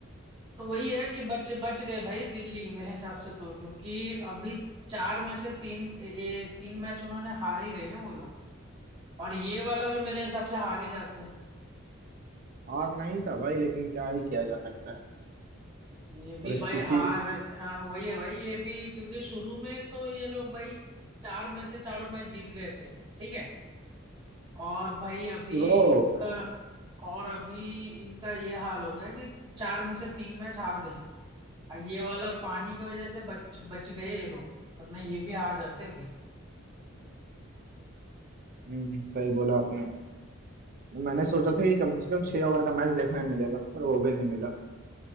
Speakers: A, on the right (about 20°); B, on the right (about 45°).
A: तो वही है कि बच बच गए भाई दिल्ली मेरे हिसाब से तो क्योंकि अभी चार में से तीन ए, ए, तीन मैच उन्होंने हार ही गए हैं वो लोग और ये वाला भी मेरे हिसाब से हार ही जाते हैं
B: और नहीं था भाई लेकिन क्या ही किया जा सकता है
A: ये भी
B: परिस्थिति
A: भाई हार हाँ, वही है भाई ये भी क्योंकि शुरू में तो ये लोग भाई चार में से चारों मैच जीत गए थे ठीक है और भाई अभी
B: ब्रो
A: इनका और अभी इनका ये हाल हो गया कि चार में से तीन मैच हार गए और ये वाला पानी की वजह से बच बच गए ये लोग वरना ये भी हार जाते अभी
B: हम्म सही बोला आपने मैंने सोचा था कि कम से कम छह ओवर का मैच देखने मिलेगा पर वो भी नहीं मिला